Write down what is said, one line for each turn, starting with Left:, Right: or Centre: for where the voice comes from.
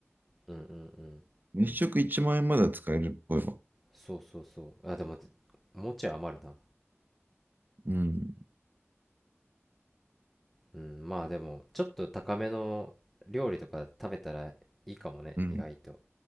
Centre: うんうんうん。
Right: 一食1万円まだ使えるっぽいわ。
Centre: そうそうそう。あ、でも、もうちょい余るな。
Right: うん。
Centre: うん、まあでも、ちょっと高めの料理とか食べたらいいかもね、
Right: うん。
Centre: 意外と。